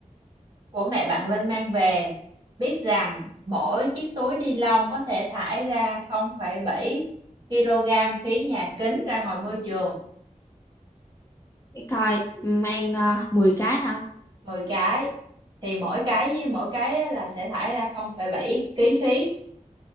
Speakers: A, on the right; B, on the left.
A: của mẹ bạn Linh mang về biết rằng mỗi chiếc túi ni lông có thể thải ra 0,7 kg khí nhà kính ra ngoài môi trường
B: cái coi mang uh, 10 cái hả
A: 10 cái thì mỗi cái với mỗi cái á là sẽ thải ra 0,7 kg khí